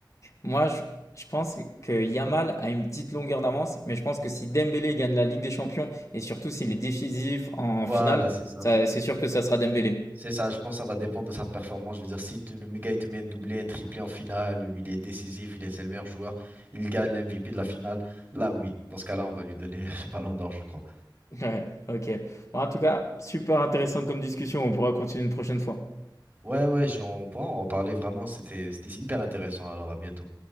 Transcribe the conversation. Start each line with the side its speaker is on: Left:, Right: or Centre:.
Left: Moi, je, je pense que Yamal a une petite longueur d'avance, mais je pense que si Dembélé gagne la Ligue des Champions et surtout s'il est décisif en
Right: Voilà,
Left: finale,
Right: c'est ça.
Left: ça- c'est sûr que ça sera Dembélé.
Right: C'est ça, je pense que ça va dépendre de sa performance. Je veux dire, si tu- le méga il te met un doublé, un triplé en finale, où il est décisif, il est, c'est le meilleur joueur, il gagne l'MVP de la finale, là oui, dans ce cas-là, on va lui donner <laughs> le ballon d'or, je crois.
Left: Ouais, ok. Bon, en tout cas, super intéressant comme discussion. On pourra continuer une prochaine fois.
Right: Ouais, ouais, j'en- on pourra en reparler vraiment, c'était c'était hyper intéressant, alors à bientôt.